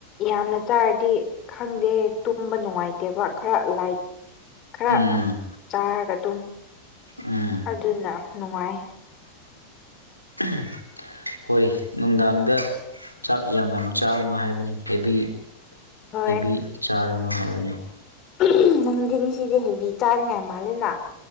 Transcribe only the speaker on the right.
ꯎꯝ
ꯎꯝ
ꯎꯝ ꯍꯣꯏ ꯅꯨꯡꯗꯥꯡꯗ ꯆꯥꯛ ꯌꯥꯝ ꯌꯥꯝ ꯆꯥꯒꯅꯣ ꯍꯥꯏꯕꯅꯤ ꯍꯥꯏꯕꯅꯤ ꯍꯦꯕꯤ
ꯍꯦꯕꯤ ꯆꯥꯔꯨꯅꯨ ꯍꯥꯏꯕꯅꯦ